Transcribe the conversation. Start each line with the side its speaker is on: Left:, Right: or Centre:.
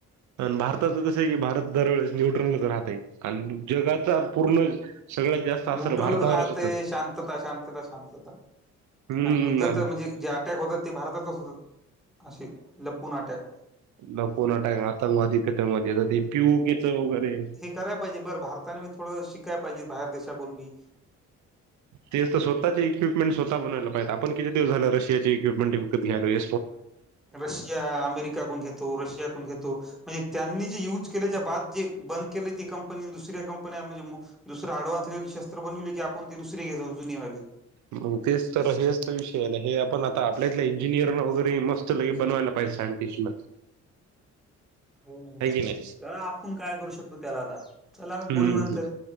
Right: पण भारताचं कसं आहे की भारत दरवेळेस न्यूट्रलच राहतय जगाचा पूर्ण सगळ्यात जास्त असर
Centre: न्यूट्रलच
Right: भारतावरच
Centre: राहतय
Right: होतय
Centre: शांतता, शांतता, शांतता.
Right: हम्म
Centre: आणि युद्धच म्हणजे जे अटॅक होतात ते भारतातच होतात असे लपून अटॅक
Right: लपवून अटॅक आतंकवादी फीतगवादी ते पी यू की च वगैरे
Centre: कराय पाहिजे बरं भारतानी थोडं शिकाय पाहिजे बाहेर देशातून बी
Right: ते तर स्वःताच इक्विपमेंट स्वतः बनवल पाहिेजे आपण किती दिवस झालं रशियाची इक्विपमेंट विकत घ्यालोय
Centre: रशिया, अमेरिका कोन घेतो रशिया कोन घेतो म्हणजे त्यांनी जे युज केल्याच्या बाद जे ब केले ते कंपनी दुसऱ्या कंप दुसर अँडव्हान्स शस्त्र बनवली की आपण ते दुसरी घेतो जुनीवाली.
Right: मग तेच तर हेच विषय हे आपण आता आपल्यातल्या इंजिनियर वगैरे मस्त लगे बनवायला पाहिजे सायंटिस्ट न
Centre: हो ना म
Right: नाही
Centre: आपण काय करू शकतो त्याला आता चला मग
Right: हम्म
Centre: बोलू नंतर